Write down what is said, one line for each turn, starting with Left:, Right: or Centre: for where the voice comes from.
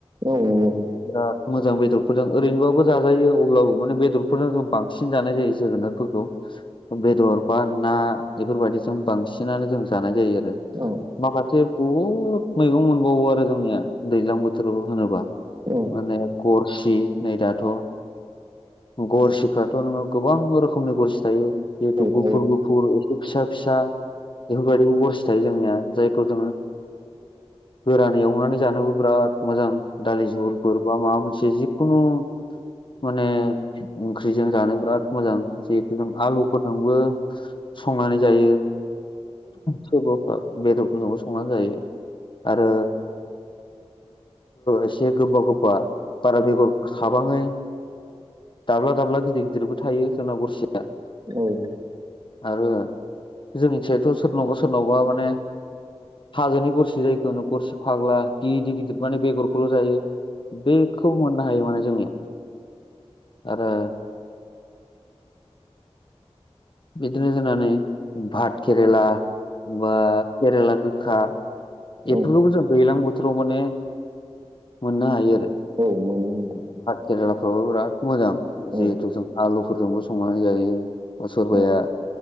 Right: औ औ औ
Left: बिराद मोजां बेदरफोरजों ओरैनोबाबो जाजायो अब्लाबो माने बेदरफोरजों जों बांसिन जानाय जायो जोगोनारफोरखौ। बेदर बा ना बेफोरबायदिजों बांसिनानो जों जानाय जायो आरो।
Right: औ
Left: माखासे बहुत बहुद मैगं मोनबावो आरो जोंनिया दैज्लां बोथोराव होनोबा
Right: औ
Left: माने गरसि नै दाथ' गरसिफ्राथ' नोङो गोबां रोखोमनि गरसि थायो जिहेथु
Right: औ
Left: गुफुर गुफुर एसे फिसा फिसा बेफोरबादिबो गरसि थायो जोंनिया जायखौ जोङो
Right: <inaudible>
Left: गोरानै एवनानै जानोबो बिराद मोजां दालि जहलफोर बा माबा मोनसे जिखुनु माने ओंख्रिजों जानो बिराद मोजां जितु आलुफोरजोंबो संनानै जायो। सोरबाबा बेदरफोरजोंबो संनानै जायो आरो। एसे गोबा गोबा बारा बेगर खाबाङै दाब्ला दाब्ला गिदिर गिदिरबो थायो जोंना गरसिया
Right: औ
Left: आरो जोंनिथिंथ' सोरनावबा सोरनावबा माने हाजोनि गरसि जायखौ गरसि फाग्ला गिदिर गिदिर माने बेगरखौल' जायो। बेखौ मोननो हायो माने जोंनियाव आरो ओ बिदिनो जोंना नै भात केरेला बा केरेला गोखा बेफोरखौबो
Right: औ
Left: जों दैज्लां बोथोराव माने मोननो हायो आरो।
Right: औ मानो नोंथां
Left: केरेलाफ्रावबो बिराद मोजां जिहेथु
Right: औ
Left: जों आलुफोरजोंबो संनानै जायो। सोरबाया
Right: औ